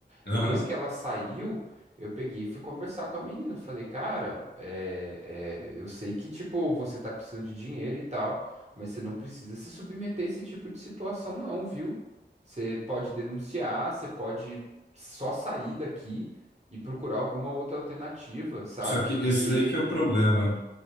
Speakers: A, on the left; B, on the right.
A: aham.
B: Depois que ela saiu, eu peguei e fui conversar com a menina. Eu falei, cara, é, é, eu sei que, tipo, você tá precisando de dinheiro e tal, mas você não precisa se submeter a esse tipo de situação, não, viu? Você pode denunciar, você pode só sair daqui e procurar alguma outra alternativa, sabe?
A: Só que
B: Porque.
A: esse daí que é o problema.